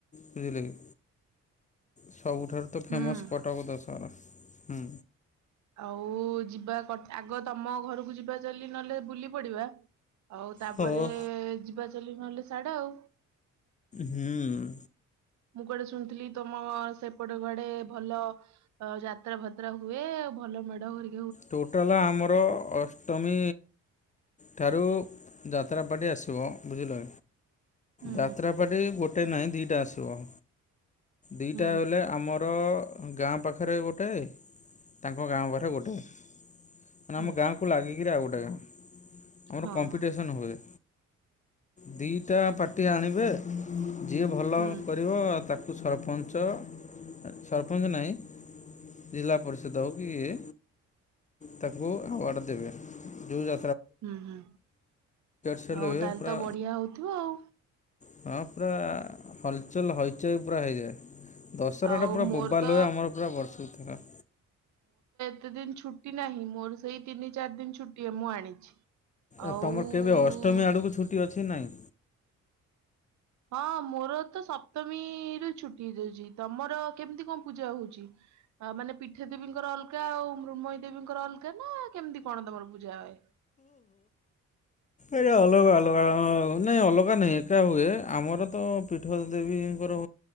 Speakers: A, on the left; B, on the right.
A: ବୁଝିଲେ କି ସବୁଠାରୁ ତ ଫେମସ
B: ହୁଁ।
A: କଟକ ଦଶହରା। ହୁଁ।
B: ଆଉ ଯିବା କ ଆଗ ତମ ଘରକୁ ଯିବା ଚାଲି, ନହେଲେ ବୁଲି ପଡିବା। ଆଉ ତାପରେ-ଏ
A: ହଁ।
B: ଯିବା ଚାଲି, ନହେଲେ ସାଢେ ଆଉ।
A: ହୁଁ
B: ମୁଁ କୁଆଡେ ଶୁଣିଥିଲି? ତମ ସେ ଏପଟେ କୁଆଡେ ଭଲ ଅ ଯାତ୍ରା ଫାତ୍ରା ହୁଏ। ଆଉ ଭଲ ମେଢ ହେଇ
A: ଟୋଟାଲ ଆମର ଅଷ୍ଟମୀ ଠାରୁ ଯାତ୍ରାପାଟି ଆସିବ। ବୁଝିଲ
B: ହୁଁ
A: ଯାତ୍ରାପାଟି ଗୋ ଗୋଟେ ନାହିଁ ଦି ଟା ଆସିବ। ଦି
B: ହୁଁ।
A: ଟା ବଇଲେ ଆମର ଗାଁ ପାଖରେ ଗୋଟେ, ତାଙ୍କ ଗାଁ ପାଖରେ ଗୋଟେ। ମାନେ ଆମ
B: ହୁଁ
A: ଗାଁକୁ ଲାଗିକିରି ଆଉ ଗୋଟେ ଗାଁ। ଆମର
B: ହଁ
A: କମ୍ପିଟିସନ
B: ହଁ
A: ହୁଏ। ଦିଟା ପାଟି ଆଣିବେ ଯିଏ ଭଲ
B: ହୁଁ
A: କରିବ, ତାକୁ କୁ ସରପଞ୍ଚ। ସରପଞ୍ଚ ନାହିଁ। ଜିଲ୍ଲା ପରିଷଦ ହଉ କି ଇଏ ତାକୁ ଆୱାର୍ଡ ଦେବେ। ଯୋଉ ଯ
B: ହୁଁ, ହୁଁ
A: ସେଲ୍
B: ଆଉ
A: ହୁଏ
B: ତାହେଲେ
A: ପୁରା
B: ତ ବଢିଆ ହଉଥିବ ଆଉ।
A: ହଁ, ପୁରା ହଲଚଲ ହଇଚଇ ପୁରା ହେଇଯାଏ। ଦଶହରା
B: ଆଉ
A: ଟା ପୁରା
B: ମୋର
A: ବୋବାଲ
B: ତ
A: ହୁଏ ଆମର ପୁରା ବର୍ଷକୁ ଥରେ।
B: କେତେ ଦିନ ଛୁଟି ନାହିଁ। ମୋର ସେଇ ତିନି ଚାରି ଦିନ ଛୁଟି ମୁଁ ଆଣିଛି। ଆଉ
A: ଏ ତମର କେବେ ଅଷ୍ଟମୀ ଆଡକୁ ଛୁଟି ଅଛି ନାଇଁ?
B: ହଁ ମୋର ତ ସପ୍ତମୀରୁ ଛୁଟି ହେଇଯାଉଛି। ତମର କେମିତି କଣ ପୂଜା ହଉଛି? ଆ ମାନେ ପିଠା ଦେବୀଙ୍କର ଅଲଗା ଆଉ ମୃନ୍ମୟୀ ଦେବୀଙ୍କର ଅଲଗା ନା, କେମିତି କଣ ତମର ପୂଜା ହଏ?
A: ଏ ଅଲଗା ଅଲଗା ହଁ, ନାଇଁ ଅଲଗ ଗା ନାଇଁ ଏକା ହୁଏ। ଆମର ତ ପୀଠ ଦେବୀଙ୍କର